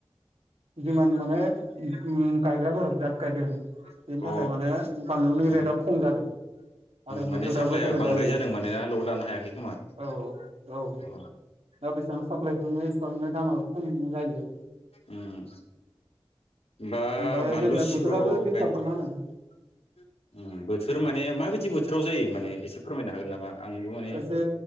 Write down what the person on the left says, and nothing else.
अ
उम
माने
साप्लाया
बांद्राय जादों माने ना लड लानो हायाखै खोमा
अ
उम बा
बानलु
सिब्र'
गायनो
था उम बोथोर माने माबायदि बोथोराव जायो माने एसे फोरमायनो हागोन नामा आंबो माने